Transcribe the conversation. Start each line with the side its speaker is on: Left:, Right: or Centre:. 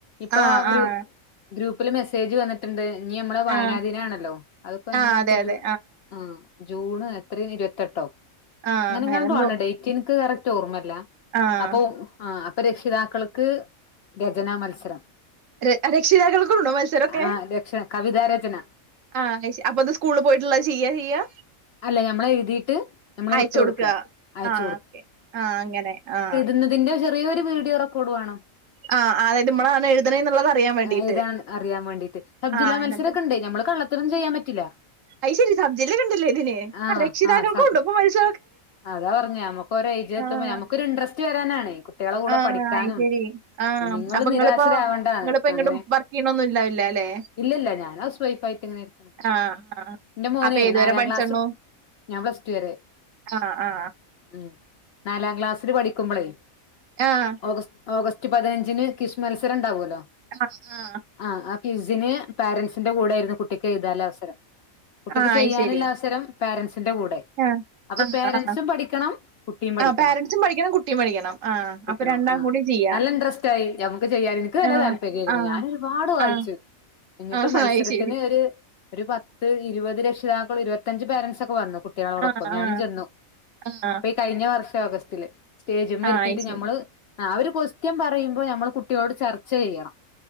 Left: ഇപ്പൊ
Right: ആഹ്
Left: ഗ്രൂപ്പ്
Right: ആഹ്
Left: ൽ മെസേജ് വന്ന് ട്ട്ണ്ട് ഇഞമ്മളെ വായനാ
Right: ആഹ്
Left: ദിനാണല്ലോ അത്പ്പൊ എാന്നാണ്പ്പം
Right: ആഹ് അതെ അതെ
Left: ജൂൺ ആഹ് ജൂണ് എത്രേനി ഇരുവത്തെട്ടോ?
Right: ആഹ്
Left: അങ്ങനെങ്ങാണ്ടു
Right: അങ്ങനെന്തോ
Left: ആണ് ഡെയ്റ്റ് ഇൻക്ക് കറക്റ്റ് ഓർമ്മല്ലാ
Right: ആഹ്
Left: അപ്പൊ ആ അപ്പൊ രക്ഷിതാക്കൾക്ക് രചനാ മത്സരം
Right: ര രക്ഷിതാക്കൾക്കുണ്ടോ മത്സരൊക്കെ?
Left: ആഹ് രക്ഷ കവിതാ രചന
Right: ആഹ അയ്ശെ അപ്പൊത് സ്കൂൾ പോയിട്ട്ള്ള ചെയ്യാ ചെയ്യാ?
Left: അല്ല ഞമ്മള് എഴുതിയിട്ട് നമ്മള്
Right: അയച്ചൊട്ക്ക
Left: വിട്ട് കൊടുക്കുക അയച്ചു
Right: ആ ഓക്കെ ആഹ് അങ്ങനെ ആഹാ
Left: ക്കുന്നതിന്റെ ചെറിയോരു വീഡിയോ റെക്കോഡ് വാണം
Right: ആഹ് അതായത് നമ്മളാണ് എഴുതണേന്നുള്ളത് അറിയാൻ വേണ്ടീട്ട്
Left: അഹ് ഇതാ അറിയാ വേണ്ടീട്ട് സബ്ജില്ല
Right: ആഹ് എന്നിട്ട്
Left: മത്സരെക്കെണ്ട് നമ്മള് കള്ള ത്രന്നും ചെയ്യാം പറ്റില്ല
Right: അയ്ശെരി സബ്ജില്ലക്കെണ്ട്ലേ ഇതിന്
Left: ആ
Right: രക്ഷിതാക്കൾക്കൂണ്ടോ?
Left: ആ സ
Right: ഇപ്പൊ മത്സ
Left: അതാ പറഞ്ഞെ നമ്മക്കൊരു എയ്ജിലെത്തുമ്പോ
Right: ആഹ്
Left: ഞ്ഞമ്മക്കൊരു ഇൻട്രസ്റ്റ് വരാനാണേ കുട്ട്യാളെ കൂടെ
Right: ആഹ്
Left: പഠിക്കാനും
Right: അത് ശരി ആഹ്
Left: നിങ്ങള്
Right: അപ്പൊ
Left: നിരാശരാവണ്ടാന്ന്
Right: ഇങ്ങളിപ്പോ ഇങ്ങളിപ്പോ എങ്ങട്ടും
Left: അങ്ങനെ
Right: വർക്ക് ചെയ്യണൊന്നും ഇണ്ടാവില്ല അല്ലേ
Left: ഇല്ലല്ല ഞാൻ ഹൗസ് വൈഫായിട്ട്ങ്ങനെരിക്കാണ്
Right: ആഹ് ആഹ്
Left: ഇന്റെ മോനെ
Right: അപ്പൊ ഏതുവരെ
Left: നാലാം
Right: പഠിച്ചെണ്ണു
Left: ക്ലാസ് ഞ്ഞാം പ്ലസ് ടു വെരെ
Right: ആഹ് ആഹാ
Left: ഉം നാലാം ക്ലാസ്സില് പഠിക്കുമ്പളേ
Right: ആഹ്
Left: ഓഗസ് ഓഗസ്റ്റ് പതിനഞ്ചിന് ക്വിസ് മത്സരെണ്ടാവൊല്ലോ?
Right: ആഹ് ആഹ്
Left: ആഹാ ആ ക്വിസിന് പേരൻസിന്റെ കൂടെയിര്ന്ന് കുട്ടിക്ക് എഴുതാല്ലെ അവസരം കുട്ടിക്ക്
Right: ആഹ്
Left: ചെയ്യാന്ള്ള
Right: അത് ശരി
Left: അവസരം പേരൻസിന്റെ കൂടെ
Right: ആഹ്
Left: അപ്പൊ
Right: ആഹാ
Left: പേരൻസും
Right: ആഹാ
Left: പഠിക്കണം കുട്ടിയും പഠിക്കണം
Right: ആ പോരൻസും പഠിക്കണം കുട്ടിയും പഠിക്കണം ആഹാ അപ്പൊ
Left: ണം
Right: രണ്ടാളും
Left: ആഹ്
Right: കൂടി ചെയ്യാ
Left: നല്ല ഇൻട്രസ്റ്റായിരിക്കും ഞമ്മക്ക് ചെയ്യാന് ഇൻക്ക് നല്ല
Right: ആഹ്
Left: താൽപര്യായിരുന്നു
Right: ആഹ്
Left: ഞാനൊരുപാട് വായിച്ച്
Right: ആഹ്
Left: എന്നിട്ട്
Right: ആഹ്
Left: മത്സരത്തിന്
Right: അത് ശരി
Left: ഒര് ഒരു പത്ത് ഇരുവത് രക്ഷിതാക്കെളും ഇരുവത്തഞ്ച് പേരൻസൊക്കെ വന്നു കുട്ടിയളോടൊപ്പം
Right: ആഹ് ആഹ്
Left: ഞാനും ചെന്നു
Right: ആഹ്
Left: ഇപ്പെയീ കഴിഞ്ഞ വർഷം ഓഗസ്റ്റില് സ്റ്റേജുമ്മേ
Right: ആഹ്
Left: ഇര്ത്തീട്ട്
Right: അത് ശരി
Left: ഞമ്മള് ആഹ് അവര് കൊസ്റ്റ്യൻ പറയുമ്പോ ഞമ്മള് കുട്ടികളോട് ചർച്ച ചെയ്യണം